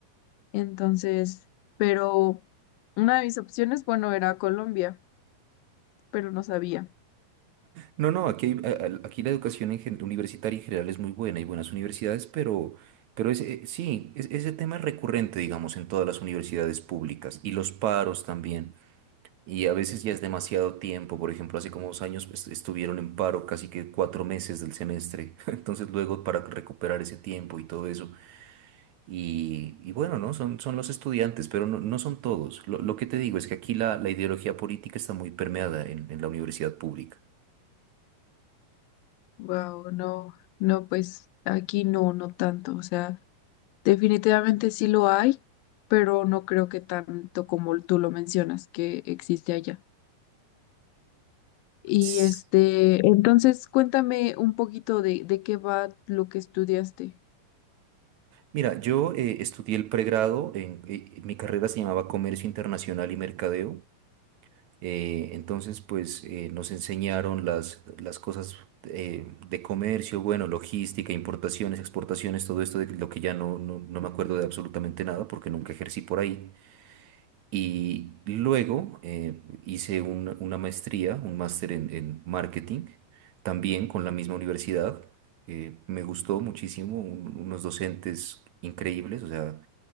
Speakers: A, on the left; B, on the right.
A: Entonces, pero una de mis opciones, bueno, era Colombia, pero no sabía.
B: No, no, aquí, hay- a- a- aquí la educación en gen- universitaria en general es muy buena, hay buenas universidades, pero, pero ese, eh, sí, es- ese tema es recurrente, digamos, en todas las universidades públicas y los paros también. Y a veces ya es demasiado tiempo, por ejemplo, hace como dos años pues, estuvieron en paro casi que cuatro meses del semestre, <laughs> entonces luego para recuperar ese tiempo y todo eso. Y, y bueno, ¿no? Son, son los estudiantes, pero no, no son todos. Lo, lo que te digo es que aquí la, la ideología política está muy permeada en, en la universidad pública.
A: Wow, no, no, pues aquí no, no tanto. O sea, definitivamente sí lo hay, pero no creo que tanto como tú lo mencionas que existe allá. Y
B: Ss.
A: este, entonces cuéntame un poquito de, de qué va lo que estudiaste.
B: Mira, yo eh, estudié el pregrado, en, eh, mi carrera se llamaba Comercio Internacional y Mercadeo. Eh, entonces, pues eh, nos enseñaron las, las cosas eh, de comercio, bueno, logística, importaciones, exportaciones, todo esto de lo que ya no, no, no me acuerdo de absolutamente nada porque nunca ejercí por ahí. Y luego eh, hice una, una maestría, un máster en, en marketing, también con la misma universidad. Eh, me gustó muchísimo, un- unos docentes increíbles, o sea,